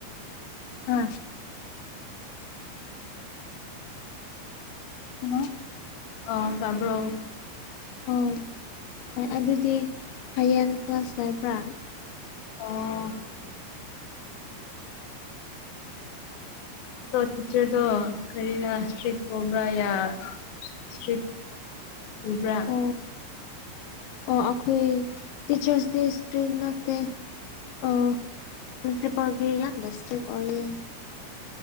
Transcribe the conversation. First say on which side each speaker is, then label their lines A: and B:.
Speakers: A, on the left; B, on the left.
A: ꯍꯥ ꯍꯂꯣ
B: ꯑ ꯇꯥꯕ꯭ꯔꯣ
A: ꯑꯧ ꯑꯦ ꯑꯗꯨꯗꯤ ꯍꯌꯦꯡ ꯀ꯭ꯂꯥꯁ ꯂꯩꯕ꯭ꯔꯥ
B: ꯑꯣ ꯇꯣ ꯇꯤꯆꯔꯗꯣ ꯀꯔꯤꯔ ꯏꯁꯇ꯭ꯔꯤꯛ ꯑꯣꯏꯕ꯭ꯔꯥ ꯌꯥ ꯏꯁꯇꯔꯤꯛ ꯄꯨꯕ꯭ꯔꯥ
A: ꯑꯣ ꯑꯣ ꯑꯩꯈꯣꯏ ꯇꯤꯆꯔꯁ ꯗꯦ ꯏꯁꯇꯔꯤꯛ ꯅꯠꯇꯦ ꯑꯣ ꯄꯔꯤꯁꯤꯄꯜꯒꯤ ꯌꯥꯝꯅ ꯏꯁꯇ꯭ꯔꯤꯛ ꯑꯣꯏꯌꯦ